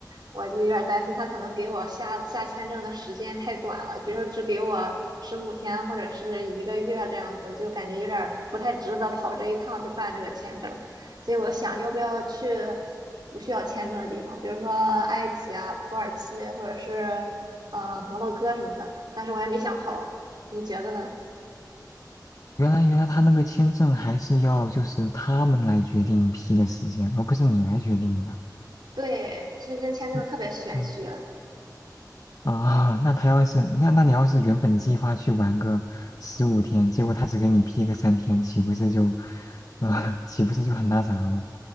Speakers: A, on the right; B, on the left.
A: 我就有点担心他可能给我下下签证的时间太短了，比如说只给我十五天或者是一个月这样子，就感觉有点不太值得跑这一趟去办这个签证。所以我想要不要去不需要签证的地方，比如说埃及啊、土耳其或者是呃摩洛哥什么的，但是我还没想好，你觉得呢？
B: 原来，原来他那个签证还是要就是他们来决定批的时间，而不是你来决定的。
A: 对，申根签证特别玄学。
B: 就，嗯啊，那他要是那那你要是原本计划去玩个十五天，结果他只给你批个三天，岂不是就，啊、岂不是就很那啥了？嗯